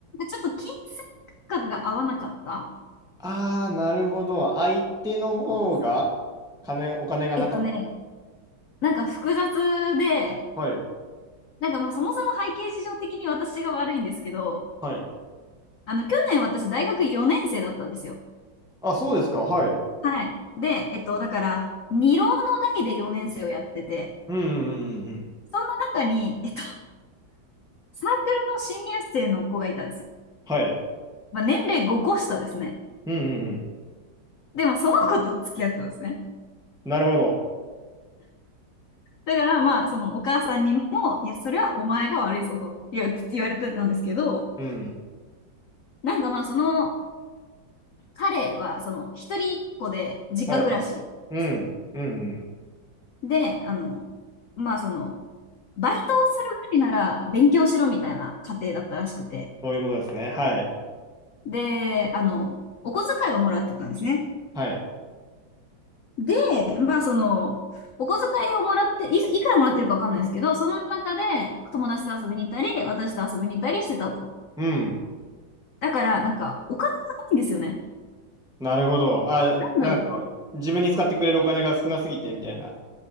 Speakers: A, on the left (about 75°); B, in the centre.
A: ちょっと金銭感覚が合わなかった
B: あー、なるほど。相手の方が、
A: そう。
B: 金、お金がなかっ
A: えっとね、なんか複雑で、
B: た。はい。
A: なんかまあそもそも背景事情的に私が悪いんですけど、
B: はい。
A: あの、去年私大学4年生だったんですよ。
B: あ、そうですか。はい。
A: はい。で、えっと、だから、二浪の代で4年生をやってて、
B: うんうんうんうん。
A: そんな中に、えっと、サークルの新入生の子がいたんですよ。
B: はい。
A: まあ年齢5個下ですね。
B: うんうんうん。
A: でもその子と付き合ってたんですね。
B: なるほど。
A: だからまあ、そのお母さんにも、いや、それはお前が悪いぞと言わ言われてたんですけど、
B: うん。
A: なんかまあ、その彼は、その一人っ子で実家暮らしですよ。
B: はい。うん。うんうん。
A: で、あの、まあその、バイトをするぐらいなら勉強しろみたいな家庭だったらしくて。
B: そういうことですね。はい。
A: で、あの、お小遣いをもらってたんですね。
B: はい。
A: で、まあその、お小遣いをもらって、い、いくらもらってるかわかんないですけど、その中で友達と遊びに行ったり、私と遊びに行ったりしてたと。
B: うん。
A: だから、なんか、お金がないんですよね。
B: なるほど。あ、
A: なんだろうな。
B: なんか、
A: っ
B: 自分に使ってくれるお金が少なすぎて、みたいな。